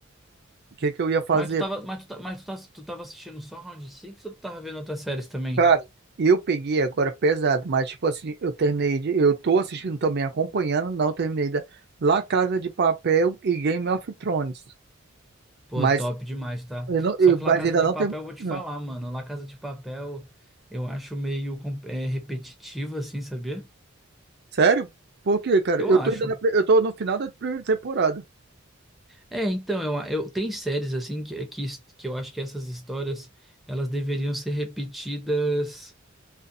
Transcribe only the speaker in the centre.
Mas tu tava, mas tu, ta- mas tu, tá, tu tava assistindo só Round Six ou tu tava vendo outras séries também?
Pô,
top demais, tá?
Só
que
La Casa
de
Papel,
eu vou te falar,
mano. La Casa de Papel eu acho meio com- é, repetitivo, assim, sabia?
Eu
acho.
É, então, eu, a- eu tem séries assim que, que, his- que eu acho que essas histórias elas deveriam ser repetidas